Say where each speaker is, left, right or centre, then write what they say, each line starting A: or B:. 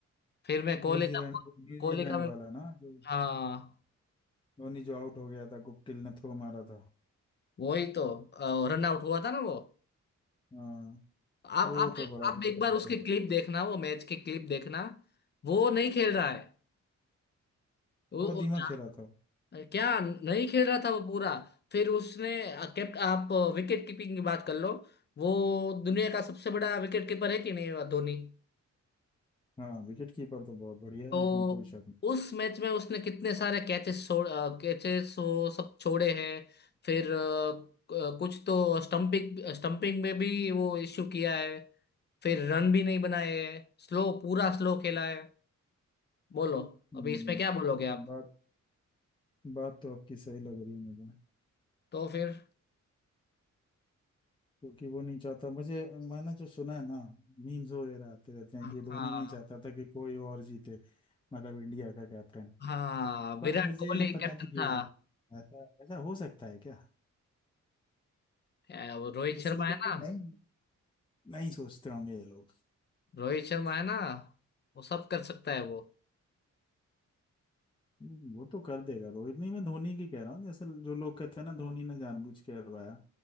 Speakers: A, on the left (about 35°); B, on the left (about 15°).
A: फिर मैं कोहली
B: न्यूजीलैंड
A: का
B: न्यूजीलैंड
A: कोहली का मैं
B: वाला ना जो
A: हाँ
B: धोनी जो आउट हो गया था गुप्टिल ने थ्रो मारा था
A: वही तो रन आउट हुआ था ना वो
B: हाँ
A: आप
B: वो
A: आप
B: तो बड़ा
A: आप
B: दुखदायी
A: एक बार उसके
B: था
A: क्लिप देखना वो मैच के क्लिप देखना वो नहीं खेल रहा है वो,
B: बहुत
A: वो
B: धीमा
A: जा-
B: खेला था वो।
A: क्या नहीं खेल रहा था वो पूरा फिर उसने कैप आप विकेट कीपिंग की बात कर लो वो दुनिया का सबसे बड़ा विकेट कीपर है कि नहीं वो धोनी
B: हाँ विकेट कीपर तो बहुत बढ़िया
A: तो
B: है इसमें कोई शक नहीं
A: उस मैच में उसने कितने सारे कैचेस छोड़ कैचेस वो सब छोड़े हैं फिर अ, कुछ तो स्टंपिंग स्टंपिंग में भी वो इश्यू किया है फिर रन भी नहीं बनाए है, स्लो पूरा स्लो खेला है बोलो
B: हम्म,
A: अभी इसमें क्या बोलोगे आप
B: बात बात तो आपकी सही लग रही है मुझे
A: तो फिर
B: क्योंकि वो नहीं चाहता मुझे मैंने जो सुना है ना मीम्स वगैरह आते रहते
A: हाँ
B: हैं कि धोनी नहीं चाहता था कि कोई और जीते मतलब इंडिया का कैप्टन
A: हाँ
B: बट
A: विराट
B: मुझे
A: कोहली
B: पता
A: कैप्टन
B: नहीं क्यों
A: था
B: ऐसा ऐसा हो सकता है क्या
A: ए, वो रोहित
B: इस
A: शर्मा
B: लेवल
A: है ना
B: पे नहीं नहीं सोचते होंगे ये लोग
A: रोहित शर्मा है ना वो सब कर सकता है वो
B: हम्म, वो तो कर देगा रोहित नहीं मैं धोनी की कह रहा हूँ जैसे जो लोग कहते हैं ना धोनी ने जानबूझ के हरवाया